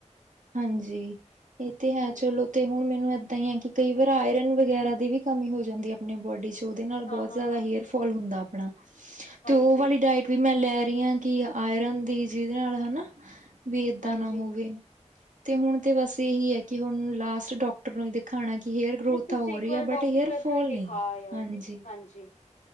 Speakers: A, on the right; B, on the left.
A: ਹਾਂਜੀ, ਇਹ ਤੇ ਹੈ
B: ਹਾਂਜੀ
A: ਚਲੋ ਤੇ ਹੁਣ ਮੈਨੂੰ ਇੱਦਾਂ ਹੀ ਆ ਕਿ, ਕਈ ਵਾਰੀ ਆਇਰਨ ਵਗੈਰਾ ਦੀ ਵੀ ਕਮੀ ਹੋ ਜਾਂਦੀ ਏ, ਆਪਣੀ ਬੋਡੀ'ਚ। ਉਹਦੇ ਨਾਲ
B: ਹਾਂ
A: ਬਹੁਤ
B: ਹਾਂ
A: ਜ਼ਿਆਦਾ
B: ਹਾਂ
A: ਹੇਅਰ ਫੌਲ ਹੁੰਦਾ ਆਪਣਾ,
B: ਹਾਂਜੀ
A: ਤੇ ਉਹ ਵਾਲੀ ਡਾਇਟ ਵੀ ''ਮੈਂ ਲੈ ਰਹੀ ਹਾਂ ਕਿ, ਆਇਰਨ ਦੀ ਜਿਹਦੇ ਨਾਲ ਹਨਾ, ਵੀ ਏਦਾਂ
B: ਹਾਂਜੀ
A: ਨਾ ਹੋਵੇ। ਤੇ ਹੁਣ ਤੇ ਬਸ ਇਹੀ ਆ ਕਿ, ਹੁਣ ਲਾਸਟ ਡੌਕ ਡੌਕਟਰ ਨੂੰ ਵੀ ਦਿਖਾਣਾ, ਕਿ ਹੇਅਰ ਗਰੋਥ
B: ਨਹੀਂ ਤੁਸੀਂ
A: ਤਾਂ ਹੋ
B: ਇੱਕ
A: ਰਹੀ
B: ਵਾਰ
A: ਆ, ਬਟ
B: ਡਾਕਟਰ
A: ਹੇਅਰ ਫੋਲ
B: ਨੂੰ ਹੀ
A: ਨਹੀਂ,
B: ਦਿਖਾ ਆਇਓ
A: ਹਾਂਜੀ।
B: ਹਾਂਜੀ।